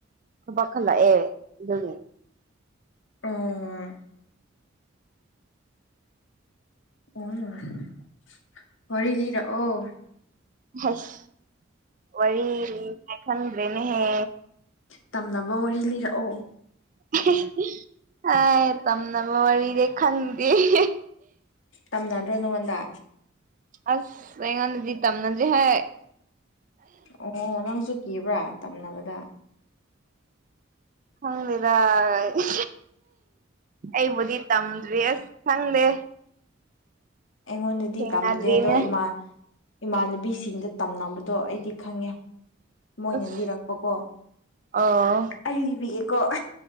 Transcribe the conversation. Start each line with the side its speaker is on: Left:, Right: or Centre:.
Right: ꯊꯕꯛ ꯈꯜꯂꯛꯑꯦ ꯑꯗꯨꯒꯤ
Left: ꯑꯣ <unintelligible> ꯋꯥꯔꯤ ꯂꯤꯔꯛꯑꯣ
Right: ꯍꯩꯁ ꯋꯥꯔꯤ ꯂꯤ <unintelligible> ꯈꯪꯗ꯭ꯔꯦꯅꯦꯍꯦ
Left: ꯇꯝꯅꯕ ꯋꯥꯔꯤ ꯂꯤꯔꯛꯑꯣ
Right: ꯑꯍꯥ ꯑꯥ ꯇꯝꯅꯕ ꯋꯥꯔꯤꯗꯤ ꯈꯪꯗꯦ ꯍꯥ
Left: ꯇꯝꯅꯗ꯭ꯔ ꯅꯉꯣꯟꯗ
Right: ꯑꯁ ꯑꯩꯉꯣꯟꯗꯗꯤ ꯇꯝꯅꯗꯦ ꯍꯦ
Left: ꯑꯣ ꯅꯪꯖꯨ ꯀꯤꯕ꯭ꯔꯥ ꯇꯝꯅꯕꯗ
Right: ꯈꯪꯗꯦꯗ ꯑꯍꯤ ꯑꯩꯕꯨꯗꯤ ꯇꯝꯗ꯭ꯔꯤ ꯑꯁ ꯈꯪꯗꯦ
Left: ꯑꯩꯉꯣꯟꯗꯗꯤ
Right: ꯊꯦꯡꯅꯗ꯭ꯔꯤꯅꯦ
Left: ꯇꯝꯗꯦ ꯑꯗꯣ ꯏꯃꯥ ꯏꯃꯥꯟꯅꯕꯤꯁꯤꯡꯗ ꯇꯝꯅꯕꯗꯣ ꯑꯩꯗꯤ ꯈꯪꯉꯦ ꯃꯣꯏꯅ
Right: ꯑꯁ
Left: ꯂꯤꯔꯛꯄꯀꯣ
Right: ꯑꯣ
Left: ꯑꯩ ꯂꯤꯕꯤꯒꯦꯀꯣ